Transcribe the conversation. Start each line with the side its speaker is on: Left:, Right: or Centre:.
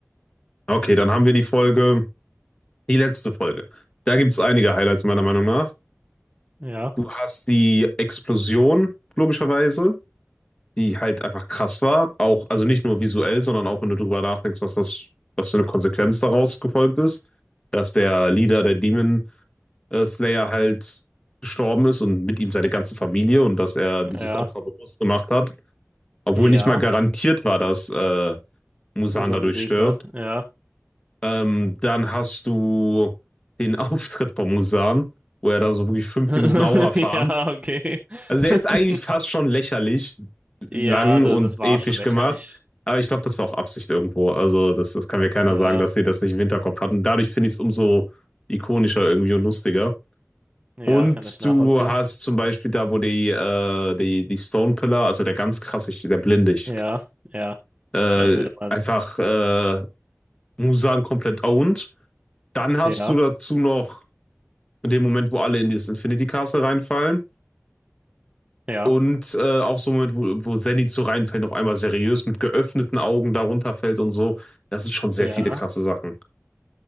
Left: okay, dann haben wir die Folge, die letzte Folge. Da gibt es einige Highlights meiner Meinung nach.
Right: Ja,
Left: Du hast die Explosion, logischerweise. die halt einfach krass war. Auch, also nicht nur visuell, sondern auch wenn du drüber nachdenkst, was das, was für eine Konsequenz daraus gefolgt ist, dass der Leader der Demon äh, Slayer halt gestorben ist und mit ihm seine ganze Familie und dass er
Right: ja,
Left: dieses Opfer bewusst gemacht hat, obwohl
Right: ja.
Left: nicht mal garantiert war, dass äh, Musan
Right: Muzan
Left: dadurch
Right: besiegt
Left: stirbt.
Right: was? Ja.
Left: Ähm, dann hast du den <laughs> Auftritt von Musan, wo er da so wirklich fünf
Right: <laughs>
Left: Minuten Aura farmt
Right: Ja, okay.
Left: also
Right: <laughs>
Left: der ist eigentlich fast schon lächerlich lang
Right: Ja, das,
Left: und
Right: das war
Left: episch
Right: schon lächerlich.
Left: gemacht. Aber ich glaube, das war auch Absicht irgendwo. Also das, das kann mir keiner
Right: Ja,
Left: sagen, dass sie das nicht im Hinterkopf hatten. Dadurch finde ich es umso ikonischer irgendwie und lustiger.
Right: ja,
Left: Und
Right: kann ich nachvollziehen.
Left: du hast zum Beispiel da, wo die, äh, die, die Stone Pillar, also der ganz krasse, ich- der Blinde, ich,
Right: Ja, ja.
Left: äh,
Right: Ich weiß, wie du meinst.
Left: einfach äh, Musan komplett owned. Dann hast
Right: Ja,
Left: du dazu noch in dem Moment, wo alle in dieses Infinity Castle reinfallen.
Right: ja,
Left: Und äh, auch so mit, wo, wo Zenith so reinfällt, auf einmal seriös mit geöffneten Augen darunter fällt und so. Das ist schon sehr
Right: ja.
Left: viele krasse Sachen.